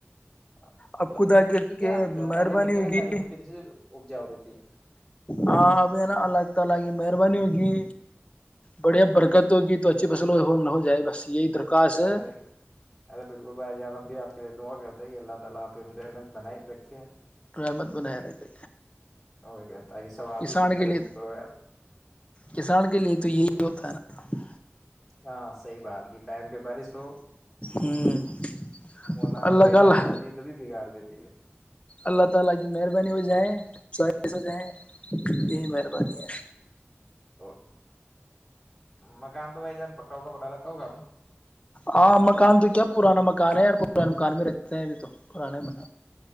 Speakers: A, in the centre; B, on the left.
A: ہاں تو
B: اب
A: مطلب
B: خود
A: زمین
B: آگ
A: ٹھیک
B: کے
A: ہے آپ کی طرف
B: مہربانی
A: کالی مٹی
B: ہوگی
A: نا کالی مٹی سے اپجاؤ رہتی ہے
B: ہاں اب ہے نا الگ تگ مہربانی ہوگی بڑھیا برکت ہوگی تو اچھی بس چلو ہو ہم نہ ہو جائے بس یہی درخواست ہے
A: ارے ارے بالکل بھائی جان ہم دعا کرتا ہے یہ اللہ تعالی اپ پہ رحمت بنائے رکھے ہیں
B: رحمت بنائے رکھے
A: اور کیا تاکہ سب آپ
B: کسان
A: بھی خوب ترقی
B: کے لیے
A: کرو یار
B: کسان کے لیے تو یہی ہوتا ہے نا <unintelligible>
A: ہاں سی بات گی ٹائم پہ بارش ہو
B: ہ
A: ور نہ
B: اللہ
A: بے
B: کا اللہ
A: ائم چلتی ہے تبھی بگاڑ دیتی ہے
B: اللہ تعالی کی مہربانی ہو جائےیں ہو جائیں یہی مہربانی ہے
A: تو مکان تو بھائی جان پکا ہوگا بنا رکھا ہوگا آپ نے
B: ہاں مکان تو کیا پرانا مکان ہے پرانے مکان میں رہتے ہیں ابھی تو پرانا مان